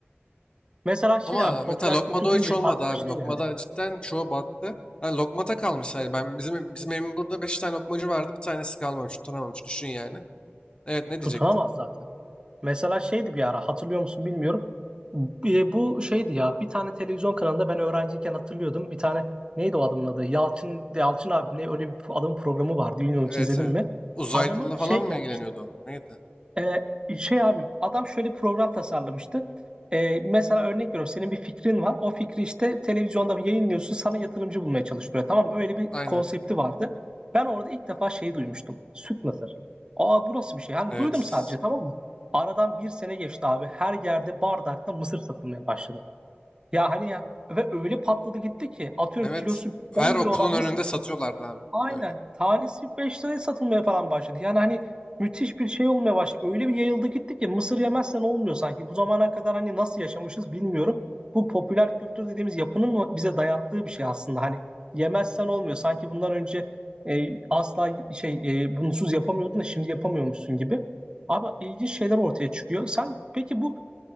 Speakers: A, on the right; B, on the left.
A: <clears throat> Mesela şey
B: Ama
A: abi popüler
B: mesela lokmada
A: kültür
B: o
A: deyince
B: hiç olmadı
A: aklıma
B: abi.
A: şey
B: Lokmada
A: geldi.
B: cidden çoğu battı. Yani lokmata kalmış yani. Ben bizim bizim evimin burada beş tane lokmacı vardı. Bir tanesi kalmamış, tutunamamış. Düşün yani. Evet ne diyecektin?
A: Tutunamaz zaten. Mesela şeydi bir ara hatırlıyor musun bilmiyorum. E, bu şeydi ya bir tane televizyon kanalında ben öğrenciyken hatırlıyordum. Bir tane neydi o adamın adı? Yalçın Yalçın abimle öyle bir adamın programı vardı. Bilmiyorum
B: Evet
A: hiç izledin
B: evet.
A: mi?
B: Uzaylı
A: Adamı
B: falan
A: şey
B: mı
A: gelmişti.
B: ilgileniyordu? o? Neydi?
A: Ee, şey abi adam şöyle program tasarlamıştı. Ee, mesela örnek veriyorum senin bir fikrin var. O fikri işte televizyonda yayınlıyorsun sana yatırımcı bulmaya çalıştırıyor. Tamam mı? öyle bir
B: Aynen.
A: konsepti vardı. Ben orada ilk defa şeyi duymuştum. Süt mısır. Aa bu nasıl bir şey? Hani
B: Evet.
A: duydum sadece tamam mı? Aradan bir sene geçti abi. Her yerde bardakta mısır satılmaya başladı. Ya hani ya ve öyle patladı gitti ki atıyorum
B: Evet.
A: kilosu
B: Her
A: 10
B: okulun
A: lira olan
B: önünde
A: mısır
B: satıyorlardı abi
A: Aynen.
B: böyle.
A: Tanesi 5 liraya satılmaya falan başladı. Yani hani müthiş bir şey olmaya başladı. Öyle bir yayıldı gitti ki mısır yemezsen olmuyor sanki. Bu zamana kadar hani nasıl yaşamışız bilmiyorum. Bu popüler kültür dediğimiz yapının mı bize dayattığı bir şey aslında. Hani yemezsen olmuyor. Sanki bundan önce e, asla şey e, bunsuz yapamıyordun da şimdi yapamıyormuşsun gibi. Abi ilginç şeyler ortaya çıkıyor. Sen peki bu